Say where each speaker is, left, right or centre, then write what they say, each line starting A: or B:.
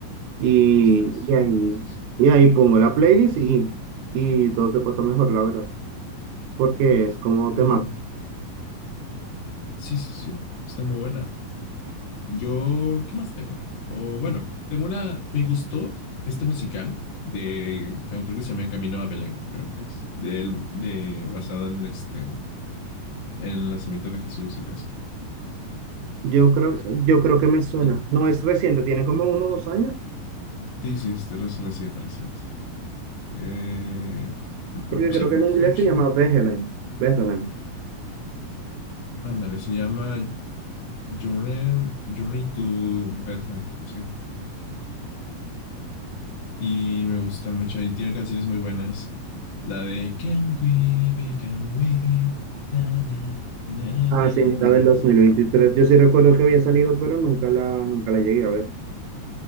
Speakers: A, on the right; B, on the left.
A: Y,
B: esta es.
A: y ahí,
B: Sí, sí.
A: y ahí pongo la playlist y, y todo se pasa mejor, la verdad, porque es como tema.
B: Mm, sí, sí, sí. Está muy buena. Yo, ¿qué más tengo? O bueno, tengo una, me gustó este musical de, creo que se llama El Camino a Belén, creo que es, de, de basado en este, el nacimiento de Jesús y todo eso.
A: Yo creo, yo creo que me suena.
B: No,
A: No es reciente, tiene como uno o dos años,
B: Sí, sí, es reci- reciente, reciente. Eh, mm,
A: porque
B: mm, sí,
A: creo
B: creo
A: que en
B: que
A: inglés
B: fue hecho.
A: se llama Bethlehem. Bethlehem.
B: Ándale, se llama Journey, Journey to Bethlehem, sí. Y me gusta mucho, y tiene canciones muy buenas. La de Can We Be, Can We, na, na, na,
A: Ah,
B: na,
A: sí,
B: na.
A: la del dos
B: Esa,
A: mil veintitrés Yo sí recuerdo que había salido, pero nunca la, nunca la llegué a ver.